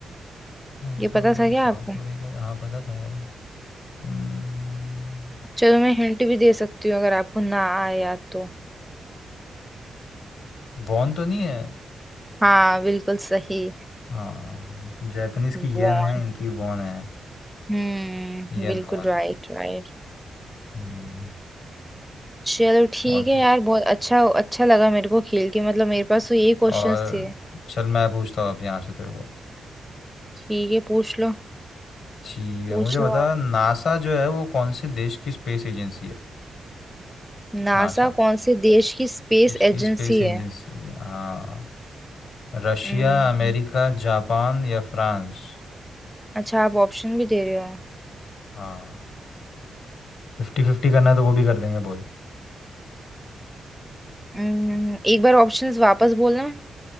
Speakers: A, on the left (about 75°); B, in the centre.
A: हाँ, ये
B: ये
A: तो
B: पता था क्या
A: साउथ
B: आपको
A: कोरिया का हाँ पता था यार ये। हम्म
B: चलो मैं हिंट भी दे सकती हूँ अगर आपको ना आया तो
A: वॉन तो नहीं है
B: हाँ बिल्कुल सही
A: हाँ जापानीज की
B: वॉन
A: येन है इनकी वॉन है
B: हम्म
A: Yen
B: बिल्कुल
A: won
B: राइट राइट
A: हम्म
B: चलो ठीक
A: और
B: है
A: कुछ
B: यार बहुत अच्छा अच्छा लगा मेरे को खेल के मतलब मेरे पास तो यही क्वेश्चंस
A: और
B: थे
A: चल मैं पूछता हूँ अब यहाँ से तेरे को
B: ठीक है पूछ लो
A: ठीक
B: पूछ
A: है मुझे
B: लो
A: बता
B: आप
A: नासा जो है वो कौन से देश की स्पेस एजेंसी है
B: नासा
A: नासा
B: कौन से देश की स्पेस
A: इसकी
B: एजेंसी
A: स्पेस एजेंसी
B: है
A: है। हाँ रशिया
B: हम्म
A: अमेरिका जापान या फ्रांस
B: अच्छा आप ऑप्शन भी दे रहे हो
A: हाँ फिफ्टी फिफ्टी करना है तो वो भी कर देंगे बोल
B: हम्म एक बार ऑप्शंस वापस बोलना